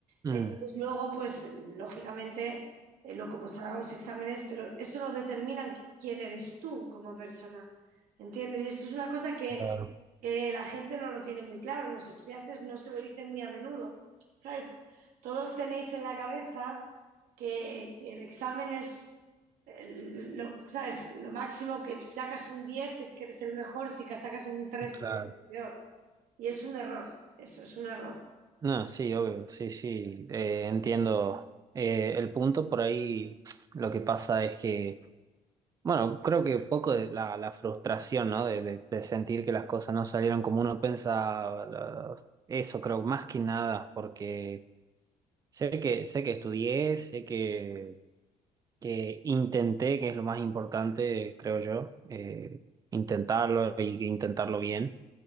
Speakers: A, on the right (about 25°); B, on the right (about 80°).
A: Mm.
B: Entonces, luego, pues, lógicamente, eh, lo como salgan los exámenes, pero eso no determina quién eres tú como persona, ¿entiendes? Y esto es una cosa que,
A: Claro,
B: que la gente no lo tiene muy claro, los estudiantes no se lo dicen muy a menudo, ¿sabes? Todos tenéis en la cabeza que, que el examen es, el- lo, ¿sabes? Lo máximo que si sacas un 10 es que eres el mejor, si que sacas un tres
A: claro.
B: es que eres el peor. Y es un error, eso es un error.
A: No, sí, obvio, sí, sí, eh, entiendo eh, el punto por ahí. Lo que pasa es que, bueno, creo que un poco de la, la frustración, ¿no? De, de- de sentir que las cosas no salieron como uno pensaba, la- eso creo más que nada, porque sé que, sé que estudié, sé que, que intenté, que es lo más importante, creo yo, eh, intentarlo y intentarlo bien.